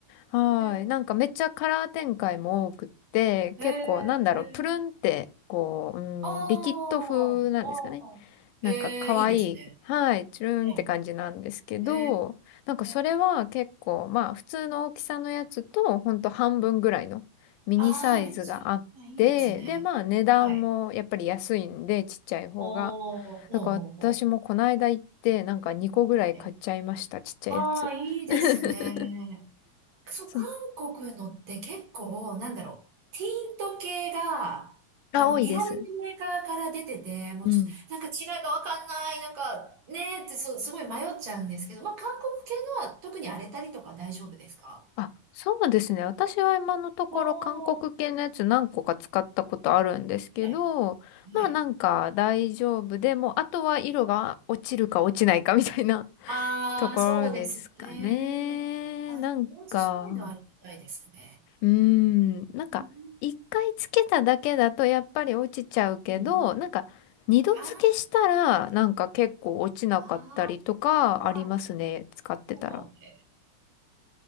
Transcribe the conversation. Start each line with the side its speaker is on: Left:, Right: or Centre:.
Left: はい。
Right: え、
Left: なんかめっちゃカラー展開も多くって、
Right: へ
Left: 結構なんだろう、
Right: え、
Left: プルンって、こう、うん、
Right: ああ、
Left: リキッド風なんですかね。
Right: ああ。
Left: なんか可愛い、
Right: へえ、いいですね。
Left: はい、チュルンって感じなんですけど、
Right: ねえ
Left: なんかそれは結構、
Right: え
Left: まあ普通の大きさのやつと、ほんと半分ぐらいのミニサイズがあって、
Right: ああー、めっちゃいいですね。
Left: で、まあ値段もやっぱり安いんで、
Right: はい。
Left: ちっちゃい方が。
Right: おー、ほうほうほ
Left: だから私もこの間行って、なんか2個ぐらい買っちゃいました、
Right: う。いいね。
Left: ちっちゃいやつ。
Right: ああ、いいですね。
Left: <laughs>
Right: そう、
Left: そう。
Right: 韓国のって結構、なんだろう。ティント系が、
Left: あ、
Right: あの、
Left: 多いです。
Right: いろんなメーカーから出てて、もうちょっと、
Left: うん。
Right: なんか違いがわかんない、なんか、ねーって、そう、すごい迷っちゃうんですけど、まあ、韓国系のは特に荒れたりとか大丈夫ですか
Left: あ、そうですね。私は今のところ韓国系のやつ何個か使ったことあるんですけど、
Right: おー、はい。
Left: まあなんか大丈夫でも、
Right: はい。
Left: あとは色が落ちるか落ちないかみたいな
Right: ああ、
Left: <laughs> ところですかね。
Right: そうですね。あ、
Left: なんか、
Right: でも、落しないのはありがたいですね。
Left: うーん、なんか一回つけただけだとやっぱり落ちちゃうけど、
Right: うん。うんうん
Left: なんか二度付けしたらなんか結構落ちなかったりとかありますね。
Right: ああ、あー
Left: 使ってたら。
Right: そう。え